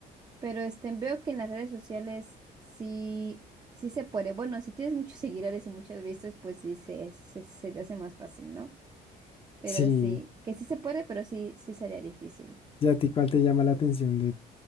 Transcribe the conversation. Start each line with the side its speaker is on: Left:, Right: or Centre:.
Right: Pero este, veo que en las redes sociales sí, sí se puede. Bueno, si tienes muchos <laughs> seguidores y muchas vistas, pues sí se, se, se te hace más fácil, ¿no? Pero
Left: Sí,
Right: sí, que sí se puede, pero sí, sí sería difícil.
Left: ¿y a ti cuál te llama la atención de,